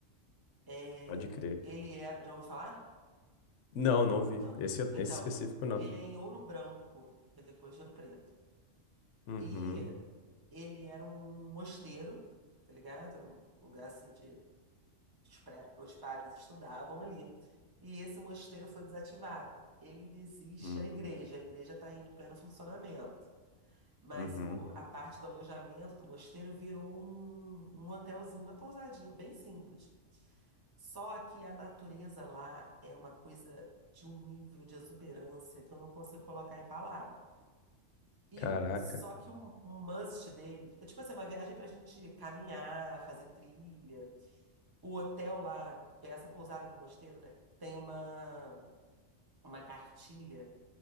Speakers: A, on the right (about 20°); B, on the left (about 70°).
A: É,
B: Pode crer.
A: ele era, já ouviu falar?
B: Não, não vi.
A: Não.
B: Esse,
A: Então,
B: esse específico, não.
A: ele é em Ouro Branco, que é depois de Ouro Preto.
B: Uhum.
A: E ele era um mosteiro, tá ligado? Era Um lugar assim de os pre- os padres estudavam ali. E esse mosteiro foi desativado. Ele ainda existe
B: Hum,
A: a igreja, a igreja está em pleno funcionamento. Mas
B: uhum.
A: o, a parte do alojamento do mosteiro virou um, um hotelzinho, uma pousadinha, bem simples. Só que a natureza lá é uma coisa de um nível de exuberância que eu não consigo colocar em palavra. E
B: Caraca.
A: o, só que um, um must deles é tipo assim, uma viagem pra gente caminhar, fazer trilha. O hotel lá, que é essa pousada do mosteiro, né? Tem uma, uma cartilha